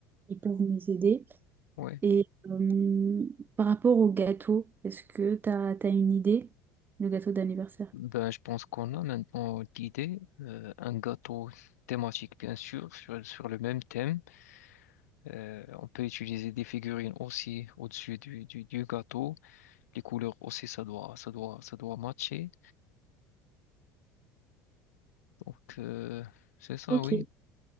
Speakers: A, on the right; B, on the left.
A: ils peuvent nous aider.
B: ouais.
A: Et euh, par rapport au gâteau, est-ce que tu as une idée, le gâteau d'anniversaire?
B: Ben, je pense qu'on a maintenant d'idées. Euh, un gâteau thématique, bien sûr, sur, sur le même thème. Euh, on peut utiliser des figurines aussi au-dessus du, du, du gâteau. Les couleurs aussi, ça doit, ça doit, ça doit matcher. Donc, euh, c'est ça,
A: Ok,
B: oui.